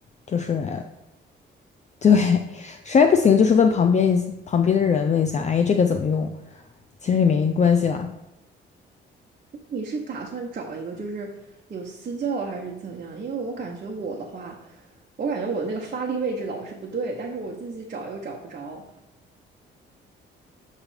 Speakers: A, on the left; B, on the right.
A: 就是对，<laughs> 实在不行就是问旁边一旁边的人问一下，哎，这个怎么用？其实也没关系啦。
B: 你是打算找一个就是有私教还是怎样？因为我感觉我的话，我感觉我那个发力位置老是不对，但是我自己找又找不着。